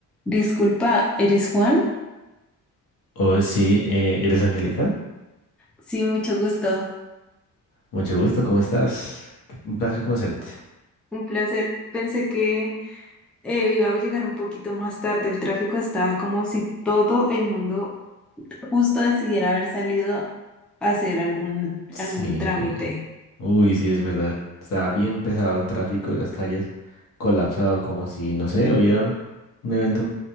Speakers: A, in the centre; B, on the left.
A: Disculpa, ¿eres Juan?
B: Oh, sí, eh, ¿eres Angélica?
A: Sí, mucho gusto.
B: Mucho gusto, ¿cómo estás? Qué- Un placer conocerte.
A: Un placer. Pensé que eh, iba a llegar un poquito más tarde. El tráfico estaba como si todo el mundo justo decidiera haber salido a hacer algún,
B: Sí.
A: algún trámite.
B: Uy, sí, es verdad. Está bien pesado el tráfico de las calles, colapsado como si, no sé, hubiera un evento